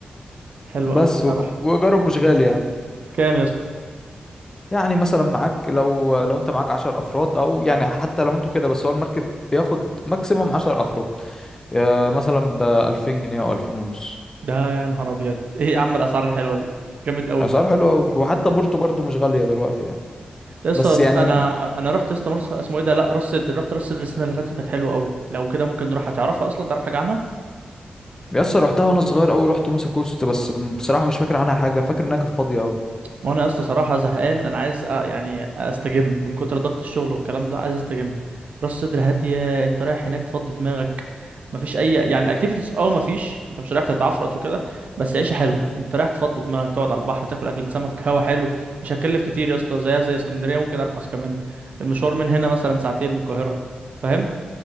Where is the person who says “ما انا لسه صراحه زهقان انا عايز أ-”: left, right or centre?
Right